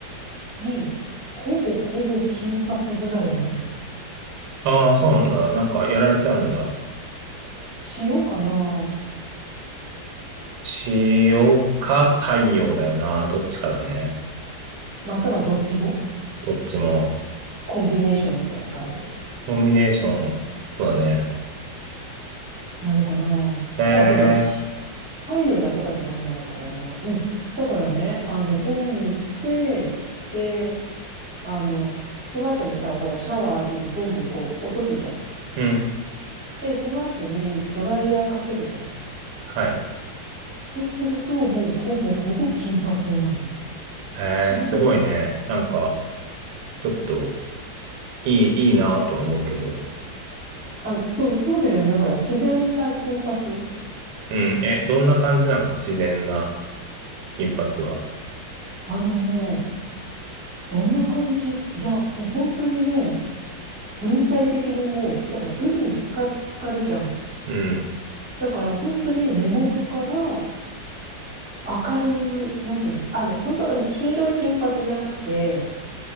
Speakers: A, on the right; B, on the right.
A: に、ほぼほぼ金髪ぐらいになるの。
B: ああ、そうなんだ。なんか、やられちゃうんだ。
A: 塩かな
B: 塩か太陽だよな。どっちかだね。
A: またはどっちも
B: どっちも。
A: コンビネーションみたいな感じ
B: コンビネーション。そうだね。
A: なのかな。
B: へえ、
A: あ、でも、し太陽だけだとなんないからな。うん。だからね、あの、海に行って、で、あの、その後にさ、ほら、シャワー浴びて全部こう落とすじゃん。
B: うん。
A: で、その後にドライヤーかけるじゃん。
B: はい。
A: そうすると、もうほぼほぼ金髪になるの。
B: へえ、
A: 不思議じゃない
B: すごいね。なんか、ちょっと、いい、いいなとは思うけど。
A: あ、そう、そうだよね。ほら、自然な金髪。
B: うん。え、どんな感じなのその自然な金髪は。
A: あのね、どんな感じいや、もう本当にね、全体的にもう、だから海につか、浸かるじゃん。
B: うん。
A: だから本当に根元から明るい、なんていうの、あの、本当あの、黄色い金髪じゃなくて、